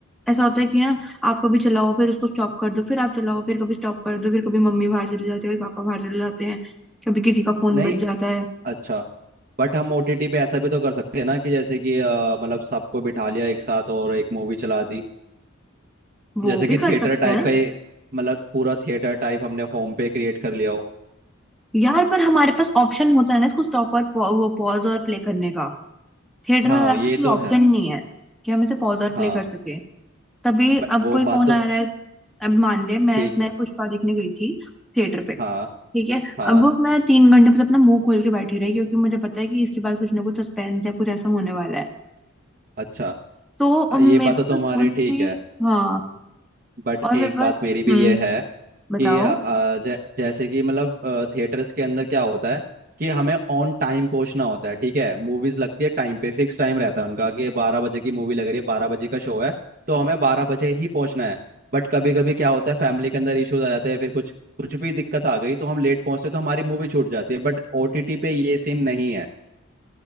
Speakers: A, in the centre; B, on the right.
A: ऐसा होता है कि ना आप कभी चलाओ फिर उसको स्टॉप कर दो फिर आप चलाओ फिर कभी स्टॉप कर दो फिर कभी मम्मी बाहर चली जाती है कभी पापा बाहर चले जाते हैं कभी किसी का फोन
B: नहीं
A: बज जाता है
B: अच्छा बट हम ओटीटी पे ऐसा भी तो कर सकते हैं ना कि जैसे कि अ, मतलब सबको बिठा लिया एक साथ और एक मूवी चला दी
A: वो
B: जैसे
A: भी
B: कि
A: कर
B: थिएटर
A: सकते
B: टाइप
A: हैं
B: का ही मतलब पूरा थिएटर टाइप हमने होम पे क्रिएट कर लिया हो
A: यार पर हमारे पास ऑप्शन होता है ना इसको स्टॉप और पौ- वो पॉज और प्ले करने का थिएटर
B: हाँ
A: में हमारे
B: ये
A: पास कोई
B: तो
A: ऑप्शन
B: है
A: नहीं है कि हम इसे पॉज और प्ले
B: हाँ
A: कर सके तभी
B: ब-
A: अब
B: वो
A: कोई फोन
B: बात तो
A: आ रहा है अब मान ले मैं
B: ठीक
A: मैं
B: है
A: पुष्पा देखने गई थी थिएटर पे ठीक
B: हाँ
A: है
B: हाँ
A: अब मैं तीन घंटे बस अपना मुंह खोल के बैठी रही क्योंकि मुझे पता है कि इसके बाद कुछ ना कुछ सस्पेंस या कुछ ऐसा होने वाला है
B: अच्छा
A: तो अम,
B: ये
A: मेरे
B: बात तो
A: पास कोई
B: तुम्हारी
A: फोन
B: ठीक
A: भी
B: है
A: हाँ
B: बट
A: और मेरे
B: एक
A: पास
B: बात मेरी भी
A: हम्म
B: ये है कि
A: बताओ
B: अ, जै, जैसे कि मतलब थिएटर्स के अंदर क्या होता है कि हमें ऑन टाइम पहुंचना होता है ठीक है मूवीज लगती है टाइम पे फिक्स टाइम रहता है उनका कि ये बारह बजे की मूवी लग रही है बारह बजे का शो है तो हमें बारह बजे ही पहुंचना है बट कभी कभी क्या होता है फैमिली के अंदर इश्यूज आ जाते हैं फिर कुछ कुछ भी दिक्कत आ गई तो हम लेट पहुंचते हैं, तो हमारी मूवी छूट जाती है बट ओटीटी पे ये सीन नहीं है